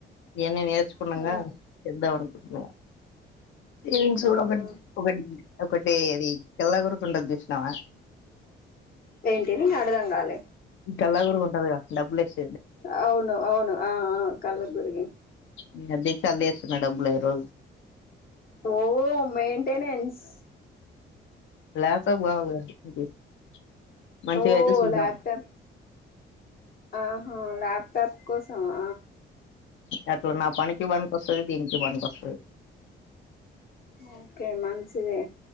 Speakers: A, on the left; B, on the left.
A: ఇవన్నీ నేర్చుకున్నాంగా
B: ఉమ్
A: చేద్దామనీ ఆ ఏం చూడకండి
B: ఉహు
A: ఒకటి ఒకటి అది కెల్లా గోరకొండది చూసినావా
B: ఏంటిది అర్థంగాలే
A: గల్లా గురుగు ఉంటది గా డబ్బుల్ ఎక్స్
B: అవును అవును ఆ ఆ కళ్ళ గురిగి
A: ఉమ్ అదే కళ్లేస్తున డబ్బులు రోజు
B: ఓ ఓ మెయింటెనెన్స్
A: లాప్టాప్ కావాలా కదా <unintelligible> మంచిగా
B: ఓ
A: అయితే చూద్దామని
B: ల్యాప్టాప్ ఆహా లాప్టాప్ కోసమా
A: అట్లా నాపనికి పనికోస్తాది దీనికి పనికోస్తది
B: ఓకే మంచిదే